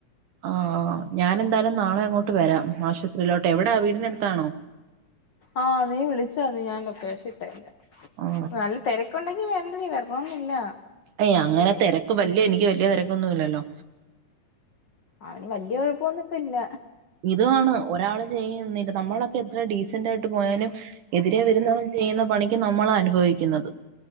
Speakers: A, on the right; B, on the left.
A: ആഹ് ഞാനെന്തായാലും നാളെ അങ്ങോട്ട് വരാം ആശുപത്രിയിലോട്ട് എവിടാ വീടിനടുത്താണോ
B: ആഹ് നീ വിളിചാരുന്നു ഞാൻ ലൊക്കേഷൻ ഇട്ടേന്റെ
A: ആ
B: നല്ല തിര കൊണ്ടെങ്കി വരണ്ടെടി വരണൊന്നില്ല
A: ഏയ്‌ അങ്ങനെ തിരക്ക് വല്യ എനിക്ക് വല്യ തിരക്കൊന്നുല്ലല്ലോ
B: അവന് വല്യ കൊഴപ്പൊന്നുംപ്പില്ല
A: ഇതുവാണ് ഒരാള് ചെയ്യ എന്നില്ല നമ്മളൊക്കെ എത്ര ഡീസന്റ് ആയിട്ട് പോയാലും എതിരെ വരുന്നവൻ ചെയ്യുന്ന പണിക്ക് നമ്മളാ അനുഭവിക്കുന്നത്